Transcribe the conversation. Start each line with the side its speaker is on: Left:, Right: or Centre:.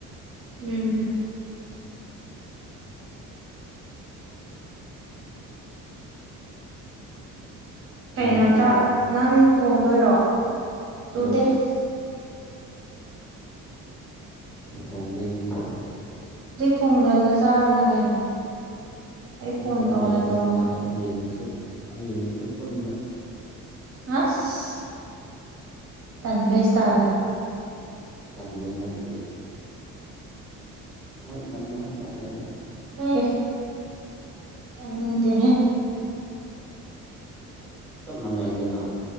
Right: ꯎꯝ
Centre: ꯅꯣꯡ
Right: ꯀꯩꯅꯣ
Centre: ꯆꯨꯕ꯭ꯔꯣ
Right: ꯆ ꯅꯪ ꯊꯣꯡꯗꯣꯏꯔꯣ ꯆꯨꯗꯦ
Centre: ꯌꯦꯁ ꯊꯣꯡꯕꯤꯅꯤ
Right: ꯊꯣꯡꯗꯜꯂ ꯆꯥꯔꯣꯅ ꯀꯩꯅꯣ ꯑꯩ ꯐꯣꯟ
Centre: ꯈꯔ
Right: ꯇꯧꯅ
Centre: ꯂꯩꯔꯒ
Right: ꯇꯧꯅ
Centre: ꯊꯣꯡꯒꯦ ꯍꯌꯦꯡꯒꯤꯁꯨ ꯍꯌꯦꯡꯒꯤꯁꯨ ꯄꯨꯟꯅ
Right: ꯑꯁ ꯇꯟꯕꯩꯁꯥꯗ
Centre: ꯇꯟꯕꯩ ꯅꯠꯇꯦ ꯍꯣꯏ ꯇꯥꯟꯕꯥ ꯍꯩ ꯇꯥꯛꯦꯗ
Right: ꯍ ꯇꯅꯤꯡꯗꯦ
Centre: ꯆꯞ ꯃꯥꯟꯅꯩꯗꯅ